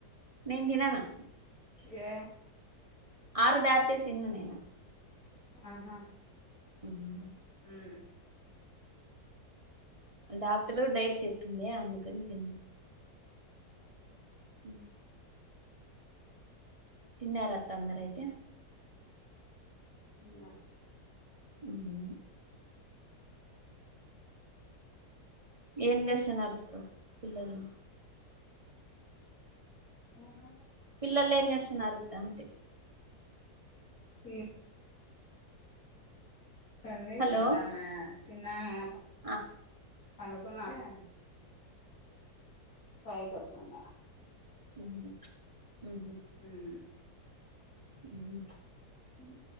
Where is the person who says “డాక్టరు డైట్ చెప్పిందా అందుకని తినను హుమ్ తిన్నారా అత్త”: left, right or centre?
Right